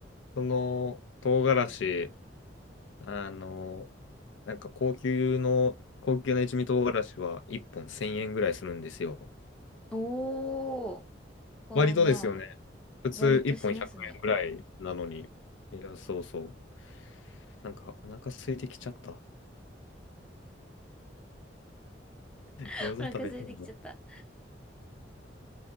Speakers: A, on the left; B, in the centre.
A: その、唐辛子、あの、なんか高級の、高級な一味唐辛子は1本1000円ぐらいするんですよ。
B: おー、まあまあ、
A: 割とですよね。普通1本100円ぐらいなのに。
B: 割としますね。
A: いや、そうそう。なんかお腹空いてきちゃった。
B: <laughs>
A: 餃子食べたいな
B: お腹空いてきちゃった。